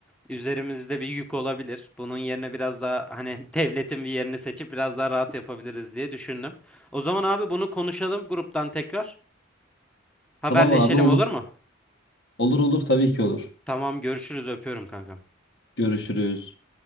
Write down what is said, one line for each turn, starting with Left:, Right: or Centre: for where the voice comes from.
Centre: üzerimizde bir yük olabilir. Bunun yerine biraz daha hani <laughs> devletin bir yerini seçip biraz daha rahat yapabiliriz diye düşündüm. O zaman abi bunu konuşalım gruptan tekrar. Haberleşelim
Left: Tamam abi olur.
Centre: olur mu?
Left: Olur olur tabii ki olur.
Centre: Tamam görüşürüz öpüyorum kankam.
Left: Görüşürüz.